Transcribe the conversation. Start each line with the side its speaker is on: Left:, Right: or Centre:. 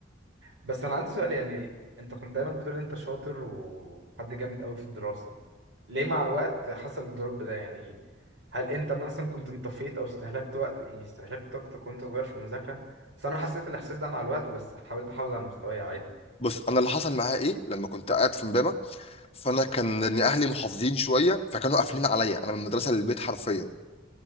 Right: بس انا عندي سؤال يعني انت كنت دايما بتقول انت شاطر وحد جامد قوي في الدراسة ليه مع الوقت حصل الدروب ده يعني هل انت مثلا كنت انطفيت او استهلكت وقت يعني استهلكت طاقتك وانت صغير في المذاكرة بس انا حسيت الاحساس ده مع الوقت بس حاولت احافظ على مستواي عادي
Left: بص انا اللي حصل معايا ايه لما كنت قاعد في امبابه فانا كان إن اهلي محافظين شويه فكانوا قافلين عليا انا من المدرسه للبيت حرفيا